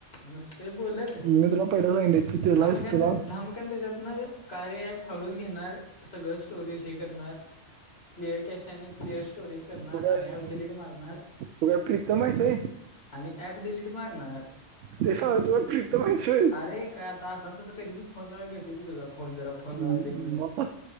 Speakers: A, on the left (about 60°); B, on the right (about 85°).
A: नुसतं बोलत,
B: मी तुला पहिला सांगितले तू त्यालाच
A: झामकण
B: तुला
A: धाम त्याच्यात न कार्य ॲप हळूच घेणार सगळं स्टोरेज हे करणार. क्लिअर कॅशे आणि क्लिअर स्टोरेज करणार
B: तू काय
A: आणि ॲप डिलीट मारणार.
B: तू काय प्रीतम आहेस होय
A: आणि ॲप डिलीट मारणार.
B: ते <unintelligible> प्रीतम हायस वय.
A: अरे का आसान तस कधी फोन लावय घेतो की तुझा फोन जरा फोन
B: मला
A: लावाय दे म्हणून.